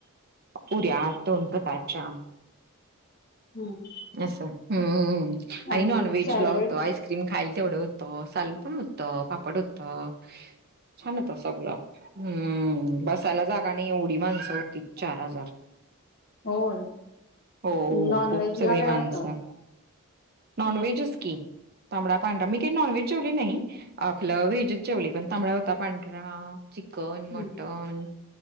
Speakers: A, on the right; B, on the left.
A: पुऱ्या दोन प्रकारच्या
B: हम्म
A: अस् आणि
B: आणि
A: नॉनव्हेज
B: सॅलेड
A: ला होतो आइस्क्रीम आईस्क्रीम खायला तेवढं होत सालड पण होत पापड होतं छान होत सगळं हम्म बसायला जागा नाही एवढी माणसं होती चार हजार
B: होय
A: हो,
B: नॉन
A: खूप
B: व्हेज
A: सगळी
B: ला काय
A: माणसं.
B: असतं
A: नॉनव्हेजच कि तांबडा पांढरा मी काही नॉनव्हेज जेवले नाही आपलं व्हेज जेवळी पण तांबड होता पांढरा चिकन
B: हम्म
A: मटन